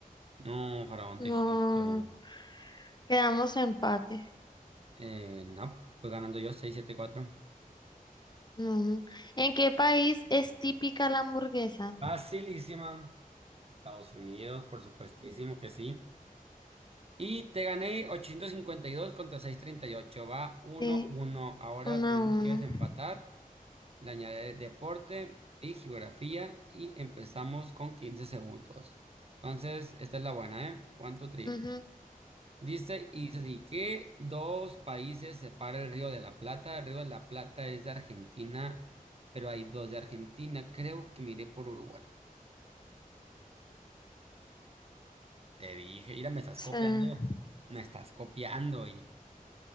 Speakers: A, on the right; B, on the left.
A: No, Faraón
B: No.
A: de Egipto.
B: Quedamos empate.
A: Eh, no, voy ganando yo seis siete cuatro
B: No. ¿En qué país es típica la hamburguesa?
A: Facilísima. Estados Unidos, por supuestísimo que sí. Y te gané 852 contra seiscientos treinta y ocho Va uno
B: Sí,
A: uno Ahora
B: uno
A: tenemos
B: a uno.
A: que desempatar. Le añadiré deporte y geografía. Y empezamos con 15 segundos. Entonces, esta es la buena, ¿eh? One, two, three.
B: Ujú,
A: Dice, y dice así, ¿qué dos países separa el Río de la Plata? El Río de la Plata es de Argentina, pero hay dos de Argentina. Creo que miré por Uruguay. Te dije, mira, me estás
B: sí.
A: copiando, me estás copiando, oye.